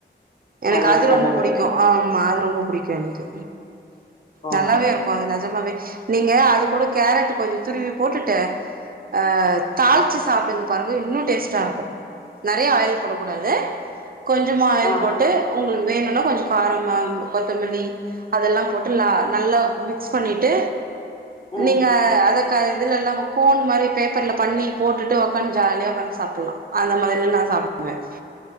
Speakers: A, on the right; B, on the left.
A: எனக்கு
B: நல்லது
A: அது
B: நல்லது
A: ரொம்ப புடிக்கு ஆ மாது ரொம்ப புடிக்கு எனக்கு
B: ஓ
A: நல்லாவே இருக்கு அது நெஜோ <unintelligible> நீங்க அது கூட கேரட் கொஞ்ச துருவி போட்டுட்டு ஆ தாளிச்சு சாப்புடுங்க பாருங்க இன்னு டேஸ்ட்டா இருக்கு நெறையா ஆயில் போடக்கூடாது கொஞ்சமா ஆயில்
B: ஆ
A: போட்டு உங்களுக்கு வேணுனா கொஞ்சு காரம்மா கொத்தமல்லி அதெல்லா போட்டு ந நல்லா மிக்ஸ் பண்ணிட்டு
B: ம்
A: நீங்க அத க இதுலெல்லாமு கோன் மாரி பேப்பர்ல பண்ணி போட்டுட்டு உட்காந்து ஜாலியா உக்காந்து சாப்பலாம் அந்த மாரிலாம் நான் சாப்டுவேன்